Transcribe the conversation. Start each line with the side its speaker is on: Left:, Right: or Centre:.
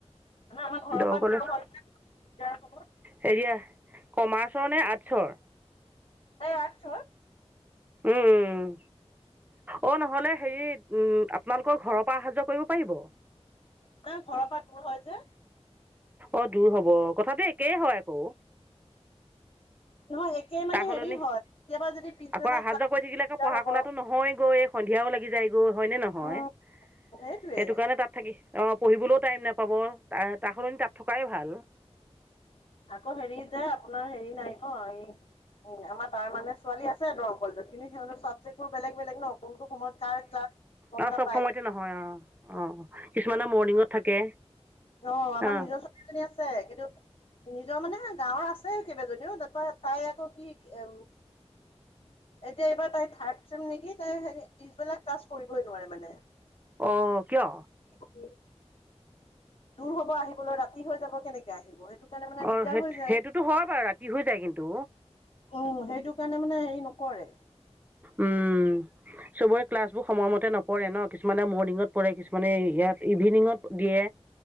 Left: মানে আমাৰ ঘৰৰ
Right: দৰং
Left: পা
Right: কলেজ
Left: দূৰ হয় যে দিগদাৰ হ'ব।
Right: হেৰিয়া কমাৰ্চৰ নে আৰ্টছৰ?
Left: তাই আৰ্টছৰ।
Right: উম-উম অ', নহ'লে হেৰিত উম তোমালোকৰ ঘৰৰ পা আহা যোৱা কৰিব পাৰিব?
Left: তাই ঘৰৰ পৰা দূৰ হয় যে
Right: অগ, দূৰ হব কথাটো একেই হয় আকৌ।
Left: নহয় একে মানে
Right: তাৰ সলনি
Left: হেৰি হয় কেতিয়াবা যদি পিছবেলা
Right: আকৌ আহা
Left: ক্লাছ
Right: যোৱা কৰি থাকিলে আকৌ
Left: দিগদাৰ
Right: পঢ়া-
Left: হ'ব
Right: শুনাতো নহয়ে গৈ। সন্ধিয়াও লাগি যায়গৈ হয়নে -নহয়
Left: উম
Right: সেইটো
Left: সেইটোৱে
Right: কাৰণে তাত থাকি অহ, পঢ়িবলৈও টাইম নেপাব তাৰ সলনি তাত থকাই ভাল।
Left: আকৌ হেৰি যে আপোনাৰ হেৰি নাই ন' এই উম, আমাৰ তাৰ মানে ছোৱালী আছে দৰং কলেজত কিন্তু সিহঁতৰ চাবজক্ট বোৰ বেলেগ- বেলেগ ন'কোনটো অসময়ত কাৰ ক্লাছ। গম
Right: আঁহ
Left: নাপায়
Right: চব সময়তে নহয় আঁহ অঁ কিছুমানে মৰ্ণিঙত থাকে।
Left: অঁ আমাৰ
Right: অ
Left: নিজৰ ছোৱালী জনী আছে কিন্তু। নিজৰ মানে গাঁৱৰ আছে কেইবাজনিওঁ তাৰপৰা তাই আকৌ কি এ এতিয়া এইবাৰ তাই থাৰড চেম নেকি তাই পিছবিলাক ক্লাচ কৰিবই নোৱাৰে মানে।
Right: অঁ কিয়?
Left: উম। দূৰ হব আহিবলৈ ৰাতি হৈ যাব কেনেকে আহিব সেইটো। কাৰণে মানে
Right: অঁ
Left: দিগদাৰ
Right: সেই
Left: হৈ যায়
Right: সেইটোতো হয় বাৰু ৰাতি হয় যায় কিন্তু।
Left: উম সেইটো কাৰণে মানে হেৰি নকৰে।
Right: উম। চবৰে ক্লাছ বোৰ সময়মতে নপৰে ন কিছুমানে মৰ্ণিঙত পৰে কিছুমানে ইয়াত ইভিনিঙত দিয়ে।